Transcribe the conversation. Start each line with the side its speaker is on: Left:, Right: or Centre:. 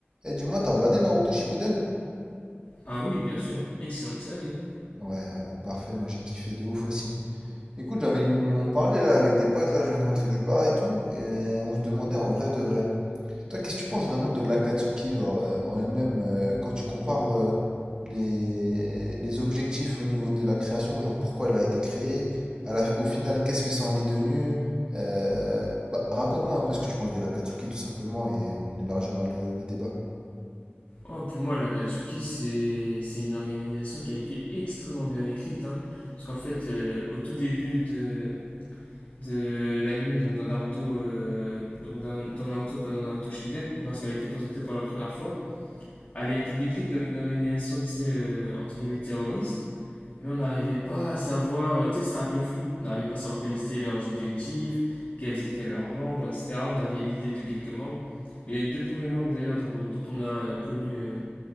Right: Eh, dis-moi, t'as regardé Naruto Shippuden?
Left: Ah oui, bien sûr. Excellente série. hein.
Right: Ouais, ouais, parfait, moi j'ai kiffé de ouf aussi. Écoute, j'avais une- on parlait là avec des potes, là je viens de rentrer du bar et tout, et on se demandait en vrai de vrai. Toi, qu'est-ce que tu penses vraiment de l'Akatsuki, genre euh, en elle-même, euh, quand tu compares euh, les... les objectifs au niveau de la création, genre pourquoi elle a été créée, à la- au final, qu'est-ce que ça en est devenu? Euh, Bah, raconte-moi un peu ce que tu penses de l'Akatsuki tout simplement, et on élargira le, le débat.
Left: Oh, pour moi, l'Akatsuki, c'est c'est une organisation qui a été extrêmement bien écrite. hein. Parce qu'en fait, euh, au tout début de, de l'anime, donc dans Naruto, euh, donc dans, dans Naruto, pas dans Naruto Shippuden, lorsqu'elle a été présentée pour la première fois, elle a été décrite comme une organisation, tu sais, euh, entre guillemets, terroriste. mais on n'arrivait pas à savoir, euh, tu sais, c'est un peu flou, on n'arrivait pas à savoir quels étaient leurs objectifs, quels étaient leurs membres, etc. On avait l'idée de quelques membres. Les deux premiers membres d'ailleurs dont, dont on a connu euh,